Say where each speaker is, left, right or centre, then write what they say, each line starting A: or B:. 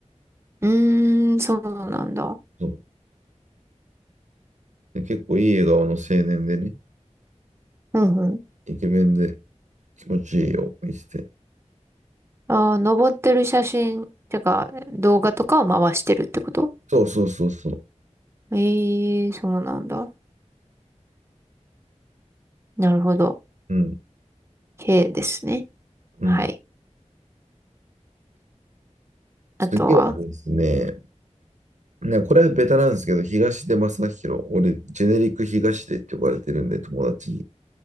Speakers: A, on the right; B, on the right.
A: うーん、そうなんだ。
B: そうで結構いい笑顔の青年でね、
A: うんうん。
B: イケメンで気持ちいいよ、見てて。
A: ああ、登ってる写真、てか、動画とかを回してるってこと
B: そうそうそうそう。
A: ええー、そうなんだ。なるほど。
B: うん、
A: K ですね。
B: うん。
A: はい。あとは、
B: 次はですね、ね、これはベタなんですけど、東出昌大。俺、ジェネリック東出って呼ばれてるんで、友達に。